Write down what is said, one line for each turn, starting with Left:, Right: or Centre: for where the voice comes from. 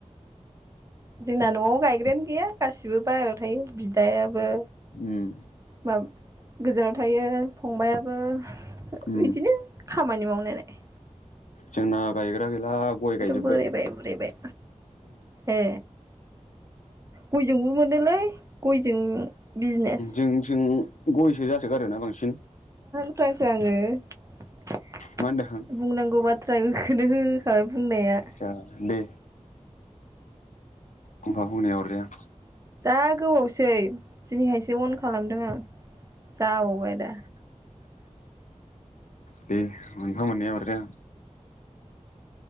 Right: जोंना नआव गायग्रायानो गैया गासिबो बाहेरायाव थायो बिदायाबो
Left: उम
Right: माब गोजानाव थायो फंबाइआबो
Left: उम
Right: बिदिनो खामानि मावनाया लाय
Left: जोंना गायग्रा गैला गय गायजोबबाय
Right: बोरायबाय बुरैबाय ए गयजोंबो मोनोलाय गयजों बिजनेस
Left: जों जों गयसो जासोगारोना बांसिन
Right: <unintelligible> बुंनांगौ
Left: मा होनदों आं
Right: बाथ्रा बेखौनो होखाबाय बुंनाया
Left: आदसा दे फंफा फंनैया अरजाया
Right: जा गोबावसै दिनैहायसो अन खालामदों आं जाव बायदा
Left: बे मोनफा मोननै अरजाया